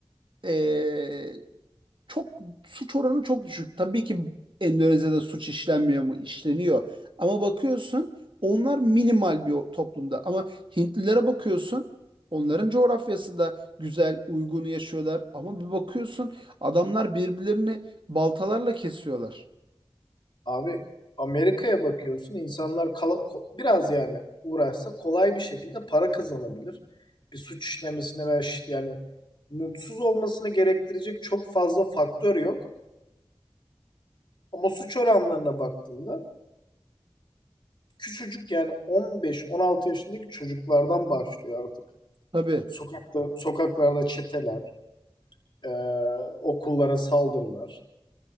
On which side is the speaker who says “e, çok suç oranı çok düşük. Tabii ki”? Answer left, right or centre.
Right